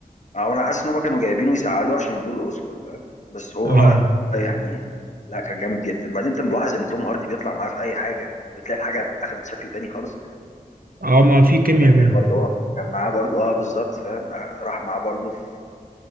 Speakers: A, on the left (about 55°); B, on the right (about 75°).
A: او انا حاسس ان هم كانوا جايبينه يزعلوه عشان يدوه الاوسكار فاهم بس هو
B: اه
A: يعني لا كان جامد جدا بعدين انت ملاحظ ان توم هاردي بيطلع معاه في اي حاجه بتلاقي الحاجه اخدت شكل تاني خالص
B: اه ما في كيمياء
A: فاهم
B: بينهم
A: يعني برضه هو كان معاه برضه اه بالظبط فاهم آه، راح معاه برضه في